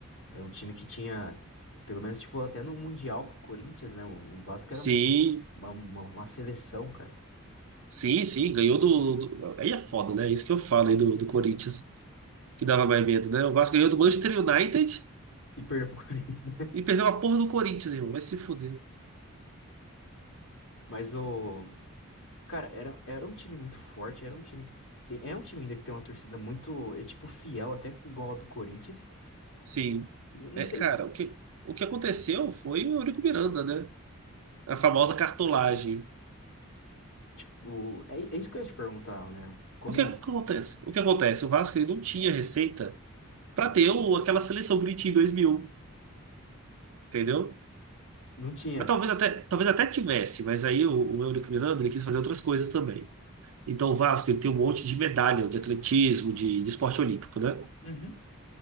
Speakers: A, on the left; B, on the right.
A: Era um time que tinha, pelo menos, tipo, até no Mundial com o Corinthians, né? O, o Vasco era
B: Sim,
A: uma, uma, uma, uma seleção, cara.
B: sim,
A: E,
B: sim, ganhou do, do- Aí é foda, né? Isso que eu falo aí do, do Corinthians, que dava mais medo, né? O Vasco ganhou do Manchester United
A: e perdeu pro <laughs> Corinthians.
B: e perdeu a porra do Corinthians, irmão. Vai se fuder.
A: Mas o, cara, era, era um time muito forte, era um time que tem, é um time ainda que tem uma torcida muito, é tipo, fiel, até igual a do Corinthians.
B: Sim.
A: E eu não
B: É,
A: sei,
B: cara, o que, o que aconteceu foi o Eurico Miranda, né? A famosa cartolagem.
A: tipo, é, é isso que eu ia te perguntar, né? Como
B: O que, acontece? O que acontece? O Vasco ele não tinha receita pra ter o- aquela seleção que ele tinha em 2000, entendeu?
A: não tinha.
B: Mas talvez até, talvez até tivesse, mas aí o, o Eurico Miranda ele quis fazer outras coisas também. Então o Vasco ele tem um monte de medalha de atletismo, de, de esporte olímpico, né?
A: Uhum.